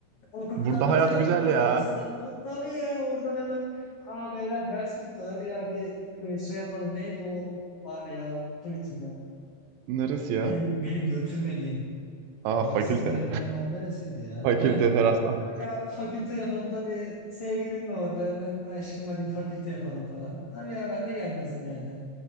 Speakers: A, on the left (about 85°); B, on the right (about 80°).
A: Hukukta
B: Burada
A: bitiyor
B: hayat güzel
A: mu? O
B: ya.
A: İstanbul. Tabii ya oradan hemen Aa beyler ders bitti. Hadi ya bir e, şey yapalım. Neydi o var ya unuttum isimden.
B: Neresi ya?
A: Benim beni götürmediğin
B: Aa
A: damsız
B: fakülte.
A: gerilmeyen var neresiydi ya?
B: Fakülte
A: Ha?
B: terastan.
A: Bir fakülte yapalım tabii. Sevgilin de orada hemen aşkım hadi bir fakülte yapalım falan. Tabii ya ben de gelmezdim yani.